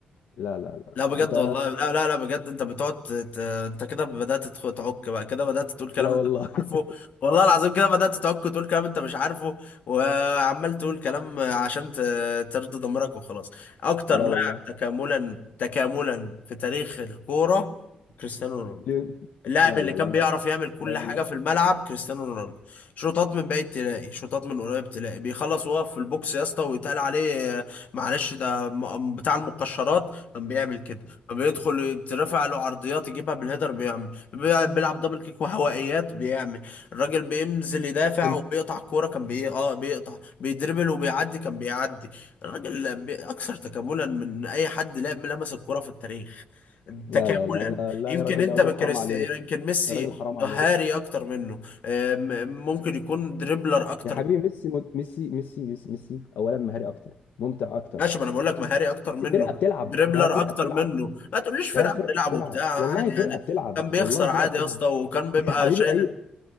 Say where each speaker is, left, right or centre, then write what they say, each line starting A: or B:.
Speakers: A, on the left; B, on the left.
A: لا لا لا
B: لا بجد
A: انت
B: والله لا لا لا بجد انت بتقعد ت- ت- انت كده بدأت تخ- تعك بقى كده بدأت تقول كلام
A: لا والله
B: انت مش عارفه والله العظيم كده بدأت تعك وتقول كلام انت مش عارفه وعمال تقول كلام عشان ت- ترضي ضميرك وخلاص اكتر
A: <laughs> لا
B: لاعب
A: والله
B: تكاملا تكاملا في تاريخ الكورة كريستيانو رونالدو
A: ليه؟
B: اللاعب
A: لا
B: اللي
A: لا
B: كان
A: لا مش
B: بيعرف يعمل كل
A: لا والله
B: حاجة في الملعب كريستيانو رونالدو شوطات من بعيد تلاقي شوطات من قريب تلاقي بيخلص وهو في البوكس يا اسطى ويتقال عليه آه، معلش ده م- بتاع المقشرات كان بيعمل كده بيدخل يترفع له عرضيات يجيبها بالهيدر بيعمل بي- بيلعب دبل كيك وهوائيات بيعمل الراجل بينزل يدافع
A: انت
B: وبيقطع الكورة كان بي... اه بيقطع بيدربل وبيعدي كان بيعدي الراجل بي... أكثر تكاملا من أي حد لعب لمس الكورة في التاريخ
A: لا
B: تكاملا
A: لا لا لا, لا
B: يمكن
A: يا راجل
B: انت
A: يا راجل
B: بكريستيانو
A: حرام عليك
B: يمكن ميسي
A: يا راجل حرام عليك
B: مهاري اكتر منه آم، ممكن يكون دريبلر اكتر
A: يا حبيبي ميسي مت- ميسي ميسي ميسي, ميسي. اولا مهاري اكتر ممتع اكتر
B: ماشي ما انا بقول لك مهاري اكتر
A: ميسي
B: منه
A: فرقه بتلعب
B: دريبلر
A: ده فرقه
B: اكتر
A: بتلعب
B: منه ما تقوليش فرقه
A: ده فرقه
B: بتلعب
A: بتلعب
B: وبتاع
A: والله
B: عادي
A: فرقه
B: يعني
A: بتلعب
B: كان بيخسر
A: والله فرقه
B: عادي
A: بتلعب
B: يا اسطى وكان بيبقى
A: يا حبيبي
B: شايل
A: ايوه